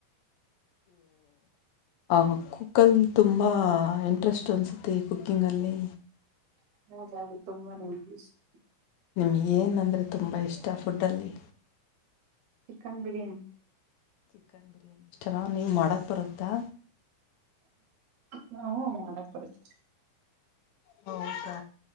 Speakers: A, on the left; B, on the right.
A: ಆವಾಗ ಕುಕ್ಕಲ್ಲಿ ತುಂಬ ಇಂಟ್ರೆಸ್ಟ್ ಅನಿಸುತ್ತೆ ಕುಕ್ಕಿಂಗಲ್ಲಿ.
B: <unintelligible> ಹೌದದು ತುಂಬ <unintelligible>
A: ನಿಮ್ಗ ಏನಂದ್ರೆ ತುಂಬ ಇಷ್ಟ ಫುಡ್ಡಲ್ಲಿ.
B: ಚಿಕನ್ ಬಿರಿಯಾನಿ.
A: ಚಿಕನ್ ಬಿರಿಯಾನಿ ಇಷ್ಟನ ನಿಮ್ಗೆ ಮಾಡೋಕ್ಕೆ ಬರುತ್ತಾ
B: ಹ್ಹ್ ಮಾಡಕ್ ಬರುತ್ತೆ.
A: ಹೌದಾ